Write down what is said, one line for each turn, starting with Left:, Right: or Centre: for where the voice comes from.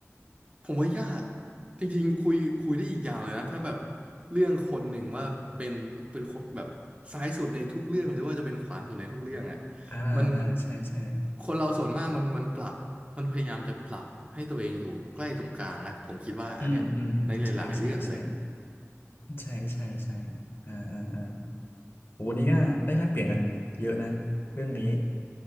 Right: ผมว่ายากจริงๆคุยคุยได้อีกยาวเลยนะถ้าแบบเรื่องคนหนึ่งว่าเป็นเป็นคนแบบซ้ายสุดในทุกเรื่องหรือว่าจะเป็นขวาสุดในทุกเรื่องอ่ะ
Left: อ่าอ่าใช่ใช่
Right: มันคนเราส่วนมากมันมันปรับมันพยายามจะปรับให้ตัวเองอยู่ใกล้ตรงกลางนะผมคิดว่าอันเนี้ยในหลายๆเรื่องเลย
Left: อืมอืมอืมใช่ใช่ใช่ใช่ใช่ใช่อ่าอ่าอ่าโหวันนี้ก็ได้แลกเปลี่ยนกันเยอะนะเรื่องนี้